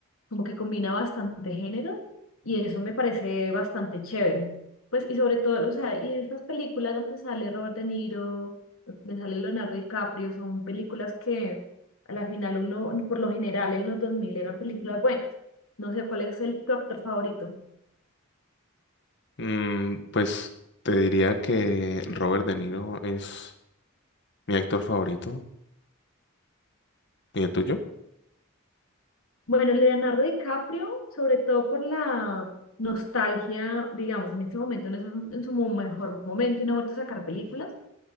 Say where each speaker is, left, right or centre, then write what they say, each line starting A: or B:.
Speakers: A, on the left (about 85°); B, on the left (about 55°).
A: como que combina bastante género y eso me parece bastante chévere. Pues, y sobre todo, o sea, y estas películas donde sale Robert De Niro, donde sale Leonardo DiCaprio, son películas que a la final uno, por lo general en los 2000 eran películas buenas. No sé cuál es el, tu actor favorito.
B: Mm, pues te diría que Robert De Niro es mi actor favorito. ¿Y el tuyo?
A: Bueno, Leonardo DiCaprio, sobre todo por la nostalgia, digamos, en este momento no es en su mejor momento y no ha vuelto a sacar películas